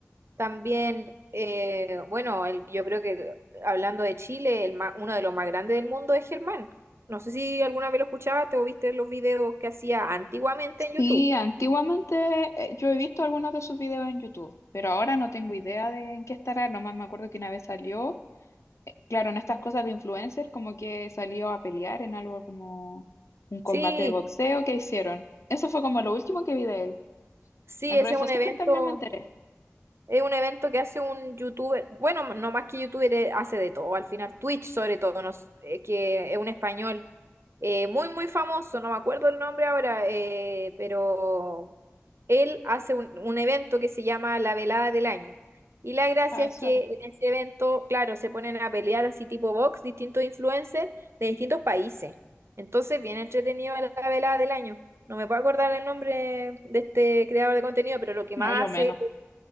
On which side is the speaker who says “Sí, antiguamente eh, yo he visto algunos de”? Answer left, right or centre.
Left